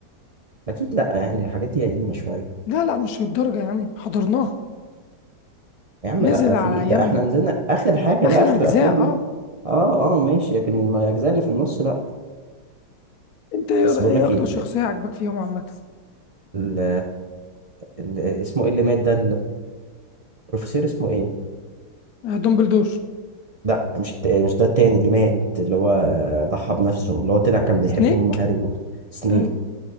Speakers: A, on the right (about 65°); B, on the left (about 70°).
A: اكيد لا يعني الحاجات دي قديمه شويه
B: لا لا مش للدرجه يا عم حضرناها
A: يا عم
B: نزل
A: لا
B: على
A: في ده
B: ايامنا
A: احنا نزلنا اخر حاجه
B: اخر
A: بقى اخر
B: اجزاء
A: الافلام
B: اه
A: اه اه ماشي لكن ما- الاجزاء اللي في النص لا
B: انت ايه
A: بس
B: رأ- إيه
A: بقول لك
B: اكتر
A: ايه ال...
B: شخصيه عجبك فيهم عامه
A: ال... ال... اسمه ايه اللي مات ده البروفيسور اسمه ايه
B: آه، دومبلدور
A: لا مش الت... مش ده التاني اللي مات اللي هو آه، ضحى بنفسه اللي هو طلع كان
B: سنيك
A: بيحب ام هاري بوتر سنيك
B: اه